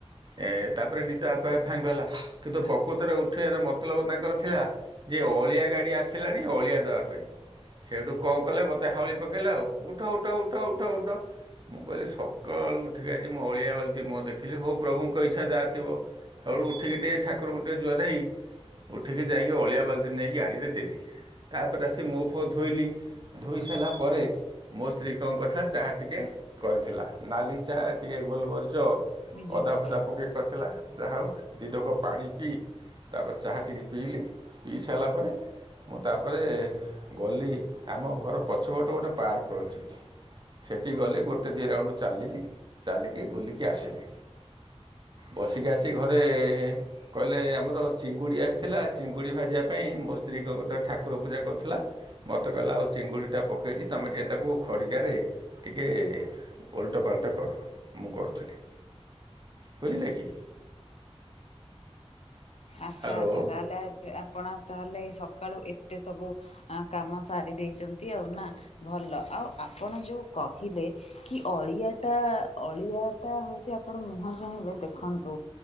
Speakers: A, on the right; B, on the left.
A: ଏ ତାପରେ ନିଦ ଆପେଆପେ ଭାଙ୍ଗିଗଲା କିନ୍ତୁ ପ୍ରକୃତରେ ଉଠେଇବାର ମତଲବ ତାଙ୍କର ଥିଲା। ଯେ ଅଳିଆ ଗାଡି ଆସିଲାଣି ଅଳିଆ ଦେବା ପାଇଁ। ସେଇଠୁ କଣ କଲେ ମୋତେ ହାଉଳି ପକାଇଲେ ଆଉ ଉଠ ଉଠ ଉଠ ଉଠ ଉଠ ମୁଁ କହିଲି ସକାଳୁ ଉଠିକି ଆଜି ମୁଁ ଅଳିଆ ବାଲ୍ଟି ମୁଁହ ଦେଖିଲି ହଉ ପ୍ରଭୁଙ୍କ ଇସା ଯାହା ଥିବ ଶକାଳୁ ଉଠିକି ଟିକେ ଠାକୁରଙ୍କୁ ଟିିକେ ଜୁଆର ହୋଇ ଉଠିକି ଯାଇକି ଅଳିଆ ବାଲ୍ଟି ନେଇକି ଗାଡ଼ିରେ ଦେଲି। ତାପରେ ଆସି ମୁଁହ ଫୁଅ ଧୋଇଲି ଧୋଇ ସାରିଲା ପରେ ମୋ ସ୍ତ୍ରୀ କଣ କରିଥିଲା ଚାହା ଟିକେ କରିଥିଲା ନାଲି ଚାହା ଟିକେ ଗୋଲମରିଚ
B: ନିଜେ
A: ଅଦା
B: ଉଠୁ
A: ଫଦା ପକେଇକି କରିଥିଲା। ଯାହା ହେଉ ଦୁଇ ଢେକ ପାଣି ପିଇ ତାପରେ ଚାହା ଟିକେ ପିଇଲି ପିଇ ସାରିଲା ପରେ ମୁଁ ତାପରେ ଗଲି ଆମ ଘର ପଛପଟେ ଗୋଟେ ପାର୍କ ଅଛି ସେଠି ଗଲି ଗୋଟେ ଦି ରାଉଣ୍ଡ ଚାଲିଲି ଚାଲିକି ବୁଲିକି ଆସିଲି। ବସିକି ଆସି ଘରେ କହିଲେ ଆମର ଚିଙ୍ଗୁଡ଼ି ଆସିଥିଲା ଚିଙ୍ଗୁଡ଼ି ଭାଜିବା ପାଇଁ ମୋ ସ୍ତ୍ରୀ କଣ କରୁ ଠାକୁର ପୂଜା କରୁଥିଲା ମତେ କହିଲା ଆଉ ଚିଙ୍ଗୁଡ଼ିଟା ପକେଇଛି ତମେ ଟି ତାକୁ ଖଡ଼ିକାରେ ଟିକିଏ ଓଲଟପାଲଟ କର ମୁଁ କରୁଥିଲି। ବୁଝିଲେ କି
B: ଆଚ୍ଛା
A: ହ୍ୟାଲୋ
B: ଆଚ୍ଛା ତାହେଲେ ଏ ଆ ଆପଣ ତାହେଲେ ସକାଳୁ ଏତେ ସବୁ କାମ ସାରି ଦେଇଛନ୍ତି ଆଉ ନା ଭଲ। ଆଉ ଆପଣ ଯୋଉ କହିଲେ କି ଅଳିଆ ଟା ଅଳିଆ ଟା ହଉଛି ଆପଣ ମୁହଁ ଚାହିଁଲେ ଦେଖନ୍ତୁ